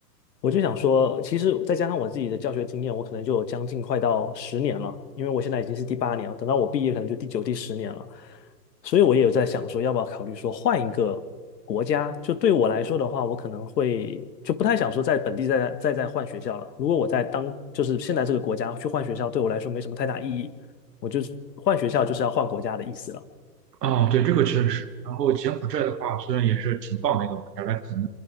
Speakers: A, on the left (about 75°); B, on the right (about 75°).
A: 我就想说，其实再加上我自己的教学经验，我可能就有将近快到十年了，因为我现在已经是第八年了，等到我毕业可能就第九、第十年了，所以我也有在想说，要不要考虑说换一个国家？就对我来说的话，我可能会就不太想说在本地再再再换学校了。如果我在当就是现在这个国家去换学校，对我来说没什么太大意义，我就换学校就是要换国家的意思了。
B: 哦，对，这个确实是。然后柬埔寨的话，虽然也是挺棒的一个国家，但可能